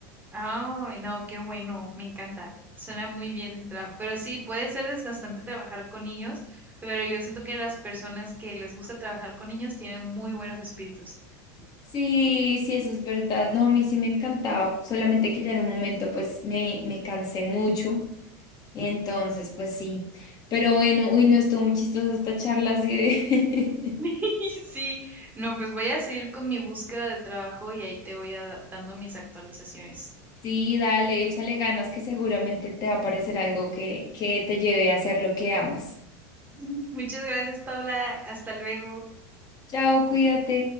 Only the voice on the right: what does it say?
Ay, no, qué bueno, me encanta. Suena muy bien ese trabajo. Pero sí, puede ser desgastante trabajar con niños, pero yo siento que las personas que les gusta trabajar con niños tienen muy buenos espíritus.
<laughs> y Sí, no, pues voy a seguir con mi búsqueda de trabajo y ahí te voy a, da- dando mis actualizaciones.
Mm, Muchas gracias, Paula. Hasta luego.